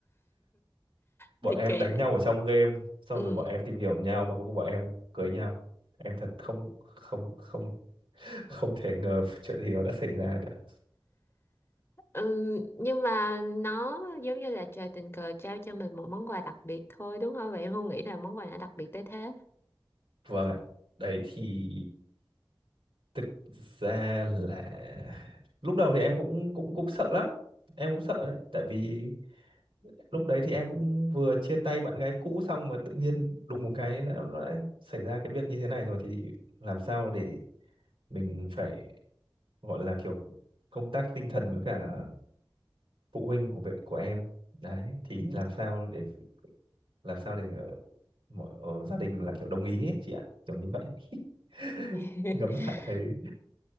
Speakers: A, on the right; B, on the left.
A: bọn
B: ly
A: em
B: kỳ
A: đánh
B: đấy
A: nhau ở trong game xong
B: ừ.
A: rồi bọn em tìm hiểu nhau mà cuối cùng bọn em cưới nhau em thật không không không <laughs> không thể ngờ <laughs> chuyện gì nó đã xảy ra cả
B: Ừ, nhưng mà nó giống như là trời tình cờ trao cho mình một món quà đặc biệt thôi đúng không? Vậy em không nghĩ là món quà nào đặc biệt tới thế.
A: vâng ạ đấy thì thực ra là lúc đầu thì em cũng cũng cũng sợ lắm em cũng sợ đấy tại vì lúc đấy thì em cũng vừa chia tay bạn gái cũ xong mà tự nhiên đùng một cái đã, đã xảy ra cái việc như thế này rồi thì làm sao để mình phải gọi là kiểu công tác tinh thần với cả phụ huynh của vệ của em đấy thì làm sao để làm sao để ờ, mọi ờ, gia đình là kiểu đồng ý ấy, chị ạ kiểu như vậy <laughs>
B: <laughs>
A: ngẫm lại thấy